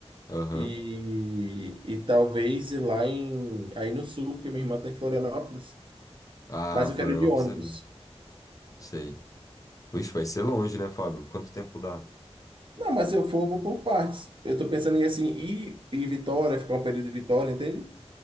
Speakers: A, on the left (about 30°); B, on the right (about 50°).
A: Aham.
B: E, e talvez ir lá em, aí no sul, porque minha irmã tá em Florianópolis.
A: Ah,
B: Mas
A: Florianópolis
B: eu quero ir de ônibus.
A: é lindo. Sei. Vixe, vai ser longe, né, Fábio? Quanto tempo dá?
B: Não, mas se eu for, eu vou por partes. Eu tô pensando em assim, ir, ir em Vitória, ficar um período em Vitória, entende?